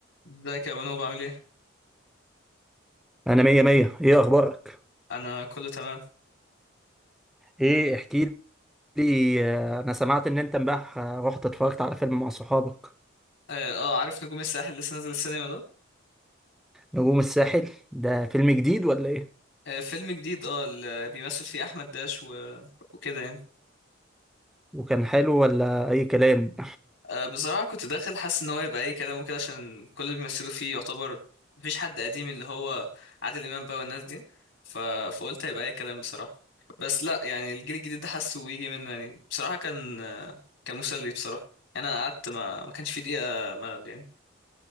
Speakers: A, on the left; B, in the centre.
A: ازيك يا بنوب عامل ايه؟
B: انا مية مية ايه اخبارك
A: انا كله تمام
B: ايه احكي لي آه، انا سمعت ان انت امبارح آه، رحت اتفرجت على فيلم مع صحابك
A: اه آه، عارف نجوم الساحل لسه نازل السينما ده
B: نجوم الساحل ده فيلم جديد ولا ايه
A: آه فيلم جديد اه اللي بيمثل فيه احمد داش و... وكده يعني
B: وكان حلو ولا اي كلام
A: آه بصراحة كنت داخل حاسس ان هو يبقى اي كلام وكده عشان كل اللي بيمثلوا فيه يعتبر مفيش حد قديم اللي هو عادل امام بقى والناس دي ف... فقلت هيبقى اي كلام بصراحة بس لا يعني الجيل الجديد ده حاسه ويجي منه يعني بصراحة كان آه، كان مسلي بصراحة يعني انا قعدت ما ما كانش في دقيقة ملل يعني